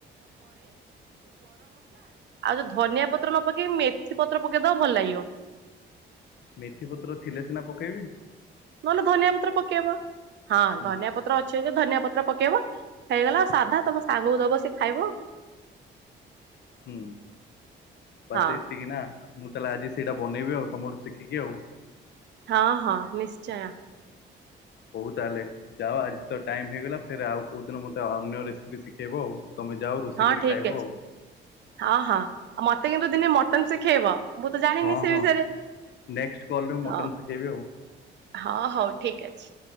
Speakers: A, on the right; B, on the left.
A: ଆଉ ଯୋଉ ଧନିଆ ପତ୍ର ନପକେଇ
B: ମେଥି ପତ୍ର ଥିଲେ ସିନା ପକେଇବି
A: ନହେଲେ ଧନିଆ ପତ୍ର ପକେଇବ ହଁ
B: ହୁଁ
A: ଧନିଆ ପତ୍ର ଅଛ ଯେ ଧନିଆ ପତ୍ର ପକେଇବ। ହେଇଗଲା ଆଉ ସାଧା ତମ ସାଙ୍ଗକୁ ଦବ ସେ ଖାଇବ।
B: ହୁଁ ବାସ
A: ହଁ
B: ଏତିକି ନା? ମୁଁ ତାହେଲେ ଆଜି ସେଇଟା ବନେଇବି ଆଉ ତମଠୁ ଶିଖିକି ଆଉ
A: ହଁ ହଁ ନିଶ୍ଚୟ
B: ହଉ ତାହେଲେ ଯାଅ ଆଜି ତ ଟାଇମ ହେଇଗଲା ଫ ଆଉ କୋଉ ଦିନ ମତେ ଅନ୍ୟ ରେସିପି ଶିଖେଇବ ଆଉ ତମେ ଯାଅ ରୋଷେଇ
A: ହଁ
B: କରି
A: ଠିକ
B: ଖାଇବ
A: ଅଛି
B: ଆଉ
A: ହଁ ହଁ ଆଉ ମତେ କିନ୍ତୁ ଦିନେ ମଟନ ଶିଖେଇବ। ମୁଁ ତ ଜାଣିନି
B: ହଁ
A: ସେ
B: ହଁ
A: ବିଷୟରେ
B: ନେଷ୍ଟ କଲରେ ମଟନ
A: ହଁ
B: ଶଖେଇବି ଆଉ
A: ହଁ ହଉ ଠିକ ଅଛି।